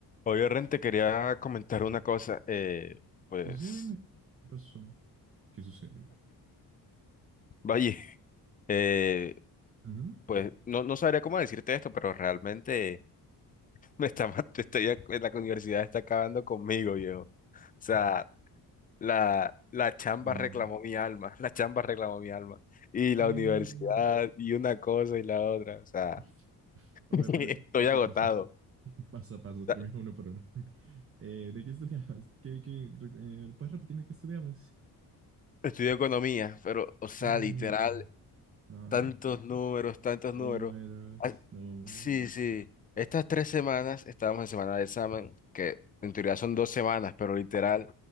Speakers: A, on the left; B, on the right.
A: Oye, Ren, te quería comentar una cosa. eh, pues,
B: Sí, sí, dime. ¿Qué pasó? ¿Qué sucedió?
A: vaya, <laughs> eh,
B: Ujú.
A: pues no, no sabría cómo decirte esto, pero realmente <laughs> me está, mat- <laughs> estoy, ac- la universidad está acabando conmigo, viejo. O sea, la, la chamba
B: No,
A: reclamó
B: hombre.
A: mi alma, <laughs> la chamba reclamó mi alma. Y
B: ¿Qué?
A: la universidad, y una cosa y la otra. O sea,
B: Uf, uf.
A: <laughs>
B: A
A: estoy
B: ver, primero, paso
A: agotado.
B: a paso. <laughs> Paso a paso,
A: O
B: primero
A: sea,
B: uno por uno. <laughs> Eh, ¿de qué estudiabas? ¿Qué, qué, re- eh, ¿puedes repetirme qué estudiabas?
A: estudio economía, pero, o sea,
B: Uy,
A: literal.
B: no,
A: Tantos
B: hombre.
A: números, tantos números.
B: Números,
A: Ah,
B: números.
A: sí, sí. Estas tres semanas, estábamos en semana de examen, que en teoría son dos semanas, pero literal,